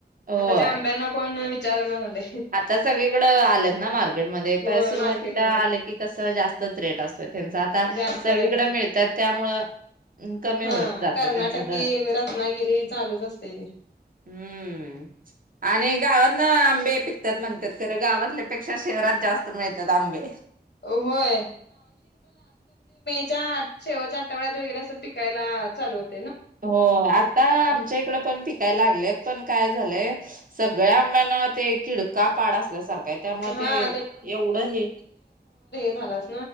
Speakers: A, on the right; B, on the left.
A: होय.
B: आता त्या आंब्याना विचारणा झालय
A: आता सगळीकडं आलेत ना मार्केटमध्येध्ये
B: होय
A: प सुरुवातीला
B: मार्केटमध्ये
A: आले कि कसं जास्तच रेट असतोय. त्यांचा आता
B: जास्त
A: सगळीकडे
B: रेट
A: मिळतात त्यामुळं कमी
B: हा
A: होत जाते,
B: कर्नाटकी
A: त्यांचा दर
B: रत्नागिरी चालूच असते ते.
A: हम्म आणि गावात ना आंबे त्यात म्हणतात खरं गावातल्या पेक्षा शहरात जास्त मिळत्यात आंबे
B: होय त्या शेवटच्या आठवड्यात वगैरे असं पिकायला चालू होत
A: हो आता आमच्या इकड पण पिकायला लागलेत पण काय झालय सगळ्या आंब्यांना ते कीड का पाड असल्यासारखा आहे त्यामुळे
B: हा
A: ते एवढं हे
B: झाल अस